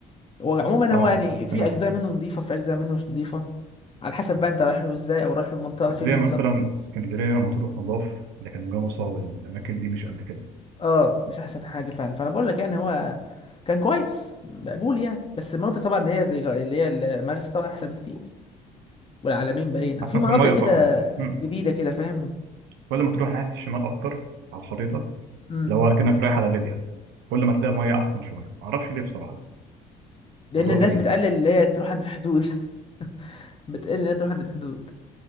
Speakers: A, on the left; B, on the right.
A: هو عموما
B: اه
A: هو يعني في
B: تمام
A: اجزاء منه نظيفه في اجزاء منه مش نظيفه على حسب بقى انت رايح له ازاي او رايح للمنطقه فين
B: زي
A: بالظبط
B: مثلا اسكندريه مطروح مضاف لكن جمصة والاماكن دي مش قد كده
A: اه مش احسن حاجه فعلا فانا بقول لك يعني هو كان كويس مقبول يعني بس المناطق طبعا اللي هي زي جا- اللي هي ال- مرسى طبعا احسن بكتير والعلمين باين او
B: احسن
A: في مناطق
B: في الميه
A: كده
B: طبعا امم
A: جديده كده فاهم
B: ولا ما تروح ناحيه الشمال اكتر على الخريطه
A: امم
B: لو كأنك رايح على ليبيا كل ما تلاقي ميه احسن شويه معرفش ليه بصراحه
A: لان
B: موضوع
A: الناس
B: غريب
A: بتقلل اللي هي تروح عند الحدود <laughs> بتقلل ان هي تروح عند الحدود